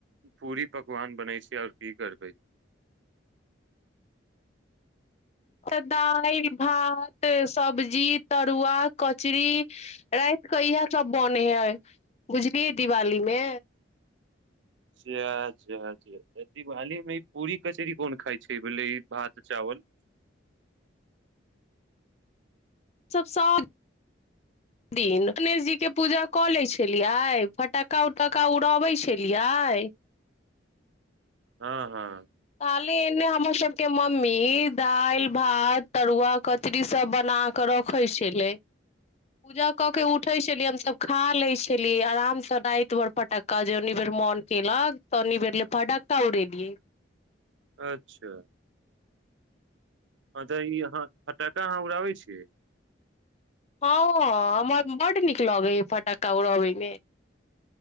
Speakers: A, on the right (about 70°); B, on the left (about 35°).
A: पूरी पकवान बनै छै आओर की करबै
B: तऽ दालि भात सब्जी तरुआ कचरी रात कऽ इएहसभ बनै हइ बुझलियै दिवालीमे
A: सेच्छा अच्छा दिवाली मे ई पूरी कचहरी कोन खााय छै बोले ई भात चावल
B: सभ साग दिन गणेश जीके पूजा कऽ लै छलियै फटक्का उटक्का उड़बै छलियै
A: हँ हँ
B: खाले एने हमरसभके मम्मी दालि भात तरुआ कचरीसभ बनाकऽ रखैत छलै पूजा कऽ के उठैत छलियै हमसभ खा लैत छलियै आरामसँ राति भरि फटक्का जे ओनि बेर मोन केलक त ओनी बेर फटक्का उड़ेलियै
A: अच्छा हँ तऽ ई अहाँ फटाका अहाँ उड़ाबै छियै
B: हँ बड नीक लगे फटक्का उड़बै मे